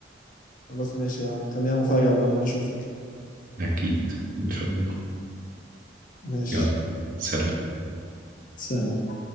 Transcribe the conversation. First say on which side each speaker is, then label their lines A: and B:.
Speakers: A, on the left; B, on the right.
A: خلاص ماشي يا عم خليها مفاجاه بقى لما اشوفك
B: أكيد إن شاء الله
A: ماشي
B: يلا سلام
A: سلام